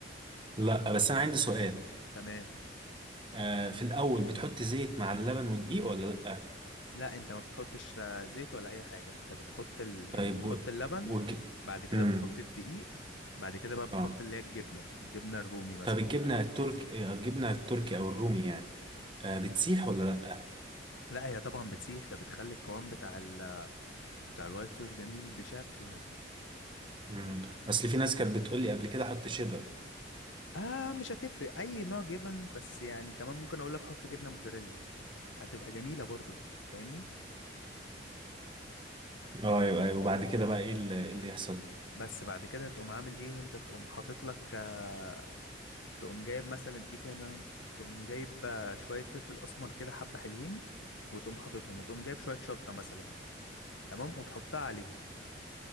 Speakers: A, on the right; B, on the left.
A: لا بس انا عندي سؤال
B: تمام
A: آه في الاول بتحط زيت مع اللبن ودقيق ولا لا
B: لا انت ما بتحطش لا زيت ولا اي حاجه انت بتحط ال... يعني
A: طيب
B: بتحط
A: و...
B: اللبن
A: والج...
B: بعد كده
A: مم.
B: بتحط الدقيق بعد كده بقى بتحط
A: اه
B: اللي هي الجبنه الجبنه الرومي مثلا
A: طب الجبنة التركي الجبنة التركي او الرومي يعني آه بتسيح ولا لأ؟
B: لا هي طبعا بتسيح ده بتخلي القوام بتاع ال بتاع الوايت صوص جميل بشكل
A: مم. اصل في ناس كانت بتقول لي قبل كده حط شيدر
B: اه مش هتفرق اي نوع جبن بس يعني كمان ممكن اقول لك حط جبنه موتزاريلا هتبقى جميله برضو فاهمني
A: اه ايوه ايوه وبعد كده بقى ايه اللي, إيه اللي يحصل؟
B: بس بعد كده تقوم عامل ايه انت تقوم حاطط لك آه، تقوم جايب مثلا ايه تاني تقوم جايب آه، شويه فلفل اسمر كده حبه حلوين وتقوم حاططهم وتقوم جايب شويه شطه مثلا تمام وتحطها عليهم